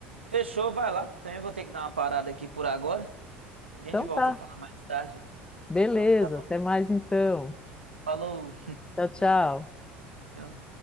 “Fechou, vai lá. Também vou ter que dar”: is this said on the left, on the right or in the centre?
Right